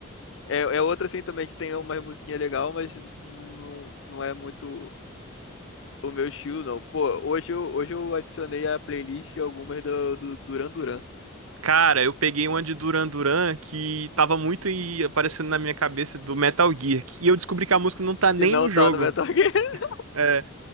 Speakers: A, on the left; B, on the right.
A: É, é outra assim também que tem uma musiquinha legal, mas não, não, não é muito o meu estilo, não. Pô, hoje eu, hoje eu adicionei à playlist algumas do, do Duran Duran.
B: Cara, eu peguei uma de Duran Duran que tava muito e aparecendo na minha cabeça do Metal Gear. que- E eu descobri que a música não tá nem
A: E não
B: no jogo.
A: tá no Metal Gear. <laughs>
B: É,